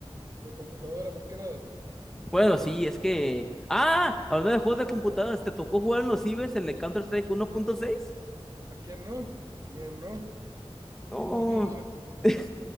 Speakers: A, on the right; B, in the centre.
A: de computadora más que nada.
B: Bueno, sí, es que... Ah, hablando de juegos de computadoras, ¿te tocó jugar en los cibers el de Counter-Strike 1.6?
A: ¿A quién no? ¿Quién no?
B: No,
A: Todo el mundo le tocó. <laughs>
B: <laughs>